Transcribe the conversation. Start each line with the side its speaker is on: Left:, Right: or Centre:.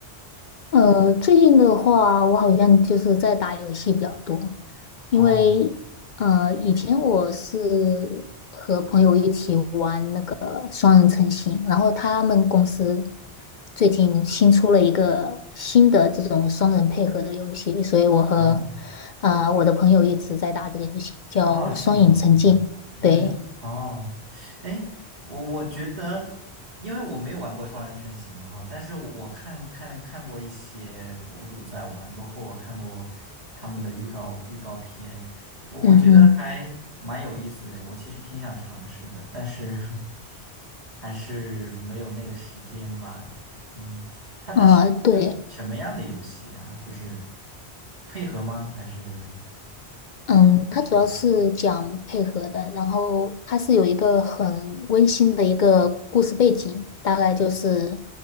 Left: 呃，最近的话，我好像就是在打游戏比较多，因为呃，
Right: 哦
Left: 以前我是和朋友一起玩那个双人成行，然后他们公司最近新出了一个新的这种双人配合的游戏，所以我和
Right: 哦
Left: 啊我的朋友一直在打这个游戏，叫《双影成境》。
Right: 哦，是吗？嗯嗯，
Left: 对，
Right: 哦，哎，我我觉得，因为我没有玩过双人成行哈，但是我我看看看过一些博主在玩，包括我看过他们的预告预告片，我我觉得还蛮有意思的，
Left: 嗯哼，
Right: 我其实挺想尝试的，但是 <laughs> 还是没有那个时间吧。嗯，它它是一个什么样的游戏啊？
Left: 啊、对。
Right: 就是配合吗？还是
Left: 嗯，它主要是讲配合的，
Right: 成？
Left: 然后它是有一个很温馨的一个故事背景，大概就是